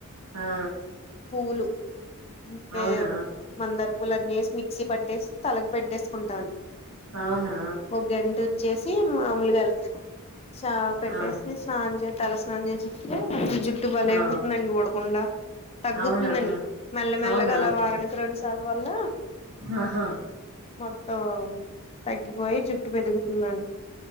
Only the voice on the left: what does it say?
పూలు మ
మందర్ పూలన్నీ వేసి మిక్ మిక్స పట్టేసి తలకు పెట్టేసుకుంటాను
ఒక ట్టుంచేసి మామలుగాలు చ పెట్టేసి
స్నానం చే తల స్నానం చేసిస్తేజు జుట్టు బలే
ఉంటుందండి ఉడాకుండా తగ్గుతుందండి
మెల్లమెల్లగా
అలా వారానికి రెండు సార్ వల్ల
మొత్తం తగ్గిపోయి జుట్టు పెరుగుతుందండి